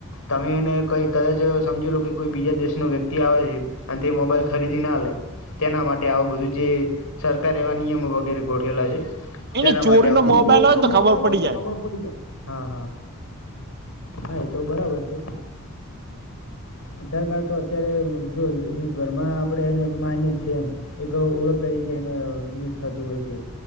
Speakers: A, on the left; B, on the right.
A: તમે એને કઈ કદાચ સમજી લો કે કોઈ બીજા દેશ થી વ્યક્તિ આવે ને તે મોબાઈલ ખરીદી ના લે તેના માટે આ બધું જે સરકાર એવા નિયમો વગેરે ગોઠવેલા છે.
B: એની
A: તેના
B: ચોરીનો
A: માટે આવ
B: મોબાઈલ હોય ને તો ખબર પડી જાય
A: બધું હા હા. હા એતો બરાબર છે. અધાર કાડ તો અત્યારે જો દેશભરમાં આપડે એને માઇને છે એમ. એક ઓળખ તરીકે એને યુઝ થતું હોય છે.